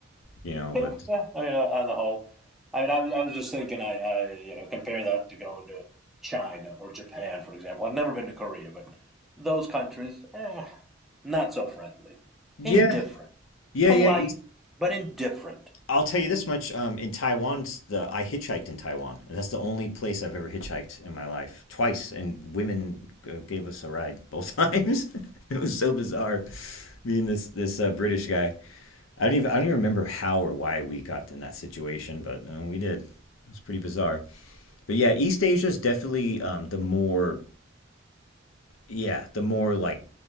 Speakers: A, on the left; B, in the centre.
A: you know,
B: Yeah,
A: but
B: yeah. I mean, uh, on the whole, I mean, I was, I was just thinking, I, I, you know, compare that to going to China or Japan, for example. I've never been to Korea, but those countries, eh, not so friendly, indifferent,
A: yeah, yeah,
B: polite,
A: yeah.
B: but indifferent.
A: I'll tell you this much. Um, in Taiwan, the I hitchhiked in Taiwan. And that's the only place I've ever hitchhiked in my life. Twice, and women uh, gave us a ride both times. <laughs> it was so bizarre. Me and this this uh, British guy. I don't even I don't even remember how or why we got in that situation, but uh, we did. It was pretty bizarre. But yeah, East Asia is definitely um, the more yeah the more like